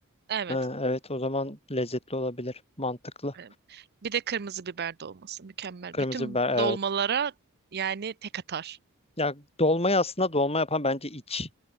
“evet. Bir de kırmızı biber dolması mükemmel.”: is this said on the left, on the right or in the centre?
Right